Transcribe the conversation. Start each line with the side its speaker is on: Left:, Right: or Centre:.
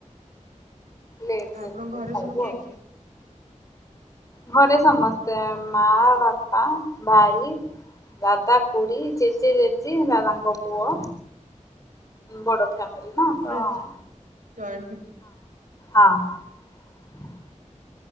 Left: ଲେଟ
Right: ଆପଣଙ୍କ
Left: ରେ ଟିକେ
Right: ଘରେ
Left: ଖାଇବୁ
Right: ସବୁ କିଏ
Left: ଆଉ।
Right: କିଏ?
Left: ଘରେ ସମସ୍ତେ ମା ବାପା ଭାଇ ଦାଦା କୁଡି ଜେଜେ ଜେଜେ ଦାଦାଙ୍କ ପୁଅ ବଡ। ଫମିଲ ନା
Right: ପୁରା
Left: ତ ହଁ।
Right: Joint family.
Left: ହଁ ହଁ।